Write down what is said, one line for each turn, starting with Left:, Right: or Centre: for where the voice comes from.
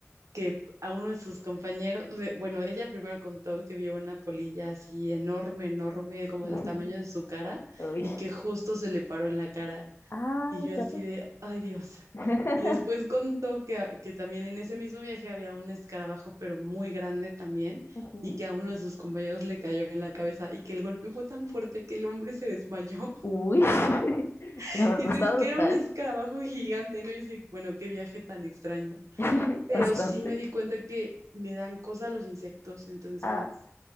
Right: que a uno de sus compañeros, de- bueno, ella primero contó que vio una polilla así enorme, enorme, como
Left: <laughs>
Right: del tamaño de su cara,
Left: Uy.
Right: y que justo se le paró en la cara
Left: ah
Right: Y yo
Left: qué
Right: así
Left: horror.
Right: de, ay Dios.
Left: <laughs>
Right: Y después contó que, a- que también en ese mismo viaje había un escarabajo, pero muy grande también,
Left: Ujú.
Right: y que a uno de sus compañeros le cayó en la cabeza y que el golpe fue tan fuerte que el hombre se desmayó.
Left: Uy, <laughs>
Right: <laughs>
Left: la verdad
Right: Y dices
Left: está brutal.
Right: que era un escarabajo gigante, ¿no? Y yo así, bueno, qué viaje tan extraño.
Left: <laughs>
Right: Pero
Left: Bastante.
Right: sí me di cuenta que me dan cosa los insectos, entonces
Left: Ah,